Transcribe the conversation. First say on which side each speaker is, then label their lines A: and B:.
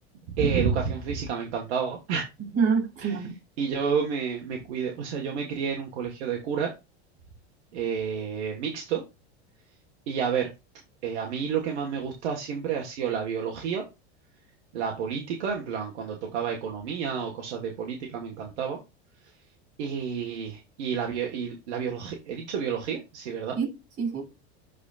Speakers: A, on the right; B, on the right.
A: eh, educación física me encantaba
B: Ujú, Sí.
A: <laughs> y yo me, me cuidé, o sea, yo me crié en un colegio de cura eh, mixto y a ver, eh, a mí lo que más me gusta siempre ha sido la biología, la política, en plan, cuando tocaba economía o cosas de política me encantaba y, y la, bio- y la biología, he dicho biología, sí, ¿verdad?
B: Sí, sí, sí.